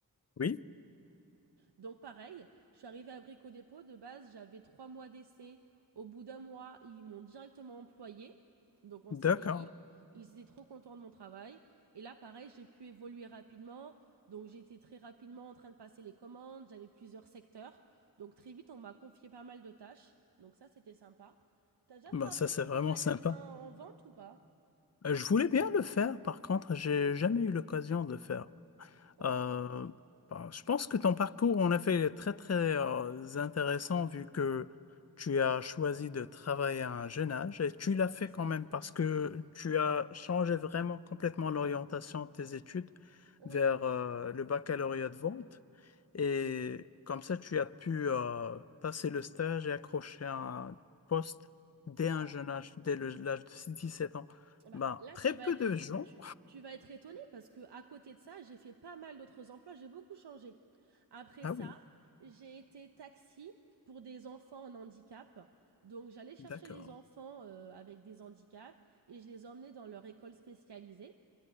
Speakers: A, on the left (about 40°); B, on the right (about 80°).
A: Oui,
B: Donc pareil, je suis arrivée à Brico Dépôt, de base j'avais trois mois d'essai. Au bout d'un mois, ils m'ont directement employée, donc en
A: d'accord.
B: CDI. Ils étaient trop contents de mon travail. Et là, pareil, j'ai pu évoluer rapidement. Donc j'étais très rapidement en train de passer les commandes, j'avais plusieurs secteurs. Donc très vite, on m'a confié pas mal de tâches. Donc ça, c'était sympa. T'as déjà
A: Ben
B: travaillé
A: ça c'est
B: dans
A: vraiment
B: des magasins
A: sympa.
B: en vente ou pas?
A: Euh, Je voulais bien le faire, par contre, j'ai jamais eu l'occasion de le faire.
B: Ok,
A: Euh, bah, je pense que ton parcours en effet est très très euh, intéressant vu que tu as choisi de travailler à un jeune âge et tu l'as fait
B: c'est ça.
A: quand même parce que tu as changé vraiment complètement l'orientation de tes études
B: Oui,
A: vers euh, le baccalauréat de vente et comme ça tu as pu euh, passer le stage et accrocher un poste dès
B: c'est ça.
A: un jeune âge, dès le- l'âge de 17 ans.
B: Ah Bah,
A: Ben,
B: là,
A: très
B: tu vas
A: peu
B: être
A: de gens.
B: tu tu vas être étonné parce que à côté de ça, j'ai fait pas mal d'autres emplois, j'ai beaucoup changé. Après
A: Ah
B: ça,
A: oui,
B: j'ai été taxi pour des enfants en handicap. Donc j'allais chercher
A: d'accord.
B: les enfants, heu, avec des handicaps et je les emmenais dans leur école spécialisée.